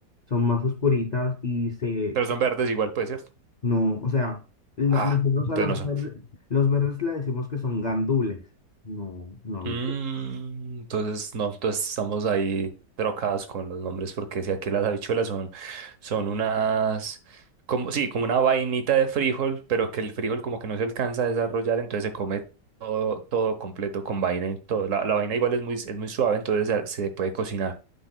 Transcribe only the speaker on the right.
Pero son verdes igual, pues, ¿cierto?
Ah,
entonces
no son.
Mm, entonces, no, entonces estamos ahí trocados con los nombres, porque si aquí las habichuelas son, son unas, como, sí, como una vainita de frijol, pero que el frijol como que no se alcanza a desarrollar, entonces se come todo, todo completo con vaina y todo. La, la vaina igual es muy, es muy suave, entonces se, se puede cocinar,